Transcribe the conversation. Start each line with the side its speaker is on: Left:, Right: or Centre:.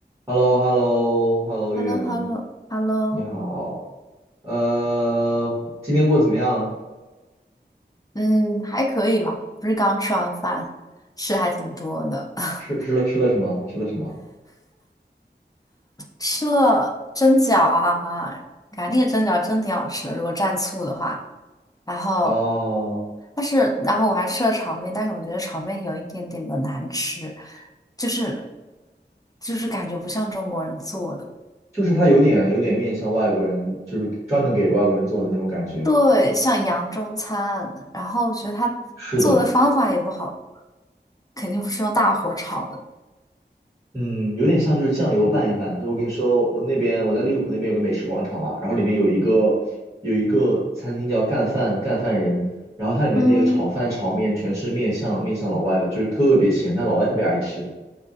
Right: h e l l o h e l l o h e l l o
Left: h
Right: 远，
Left: e l l o h e l l o h e l l o
Right: 你好。呃，今天过得怎么样？
Left: 嗯，还可以吧，不是刚吃完饭，吃还挺多的，<laughs>
Right: 吃吃了吃了什么？吃了什么？
Left: 吃了蒸饺啊哈，感觉那个蒸饺真挺好吃的，如果蘸醋的话，然后
Right: 哦，
Left: 但是然后我还吃了炒面，但是我觉得炒面有一点点的难吃，就是就是感觉不像中国人做的，
Right: 就是它有点有点面向外国人，就是专门给外国人做的那种感觉。
Left: 对，像洋中餐，然后我觉得他做的方法也不好，
Right: 是的，
Left: 肯定不是用大火炒的。
Right: 嗯，有点像就是酱油拌一拌。就我跟你说，我那边我在利物浦那边有个美食广场嘛，然后里面有一个有一个餐厅叫干饭干饭人，然后它里面那个炒饭炒面全是面向面向老外的，
Left: 嗯。
Right: 就是特别咸，但老外特别爱吃。